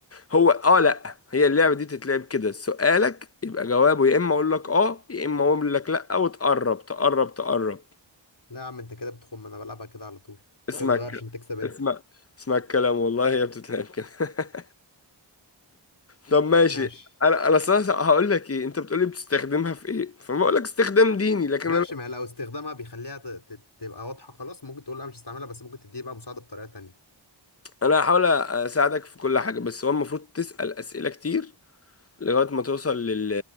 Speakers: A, on the left; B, on the left.
A: هو اه لا هي اللعبة دي تتلعب كده سؤالك يبقى جوابه يا اما اقول لك اه يا اما اقول لك لا وتقرب تقرب تقرب
B: لا يا عم انت كده بتخم انا بلعبها كده على طول انت
A: اسمع
B: كده بتغير
A: الك-
B: عشان تكسب انت
A: اسمع اسمع الكلام والله هي بتتلعب كده <laughs> طب ماشي
B: ماشي
A: انا انا اصلا هقول لك ايه انت بتقولي بتستخدمها في ايه فما اقول لك استخدام ديني لكن
B: ماشي
A: انا
B: ما هي لو استخدامها بيخليها ت... ت... تبقى واضحه خلاص ممكن تقول لا مش هستعملها بس ممكن تديه بقى مساعده بطريقه تانية
A: انا هحاول اساعدك في كل حاجه بس هو المفروض تسال اسئله كتير لغايه ما توصل لل...